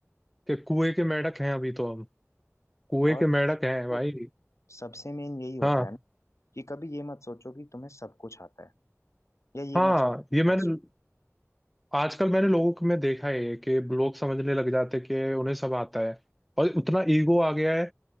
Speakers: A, in the centre; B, on the left.
A: कि कुएं के मेंढक हैं अभी तो हम कुएं
B: और
A: के मेंढक
B: इसमें
A: हैं
B: तो
A: भाई
B: सबसे मेन यही होता
A: हाँ
B: है ना कि कभी ये मत सोचो कि तुम्हें सब कुछ आता है या ये
A: हाँ
B: मत सोचो कि
A: ये
B: मैं
A: मैंने
B: बेस्ट
A: आजकल मैंने लोगों को में देखा है कि लोग समझने लग जाते हैं कि उन्हें सब आता है और उतना ईगो आ गया है